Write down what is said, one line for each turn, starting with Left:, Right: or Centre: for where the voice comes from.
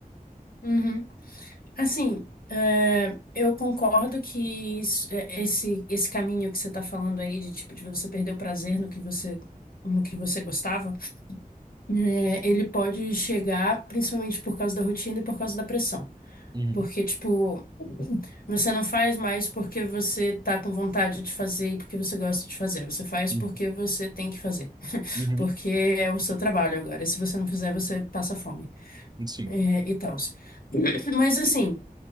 Left: Uhum. Assim, é, eu concordo que isso- é, esse, esse caminho que você está falando aí, de tipo, de você perder o prazer no que você, no que você gostava, é, ele pode chegar principalmente por causa da rotina e por causa da pressão.
Right: Uhum,
Left: Porque, tipo, Você não faz mais porque você tá com vontade de fazer e porque você gosta de fazer. Você faz
Right: uhum,
Left: porque você tem que fazer.
Right: uhum,
Left: Porque é o seu trabalho agora. E se você não fizer, você passa fome.
Right: Sim.
Left: É, e tal. <laughs> Mas assim,